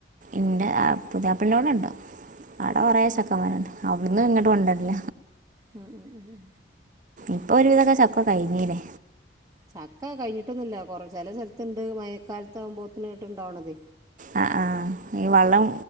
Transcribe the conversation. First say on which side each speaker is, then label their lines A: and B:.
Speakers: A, on the right; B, on the right.
A: ഇന്റെ പുതിയാപ്പളന്റോടെണ്ട് അവിടെ
B: ഉം
A: കൊറേ
B: ഉം ഉം.
A: ചെക്കമരണ്ട്. അവിടുന്നു ഇങ്ങട്ട് കൊണ്ടു വരണ
B: ഉം ഉം ഉം ഉം.
A: ഇപ്പൊരു വിധൊക്കെ ചക്ക കഴിഞ്ഞിലേ.
B: ചക്ക കഴഞ്ഞിട്ടൊന്നുല്ല കൊറേ ചെല സ്ഥല്ത്ത്ണ്ട് മയക്കാലത്ത് ആകുമ്പോത്തിന്ട്ട് ഇണ്ടാണത്.
A: ആഹ് ആഹ് ഈ വള്ളം